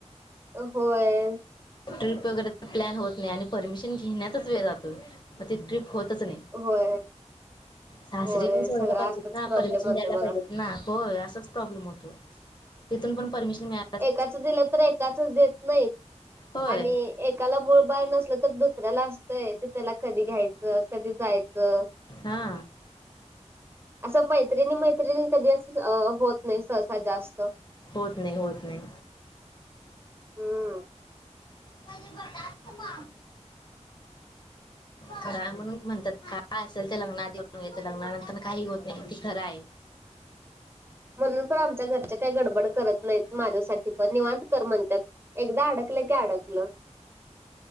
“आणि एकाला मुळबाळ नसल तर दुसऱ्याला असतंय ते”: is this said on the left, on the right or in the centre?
Right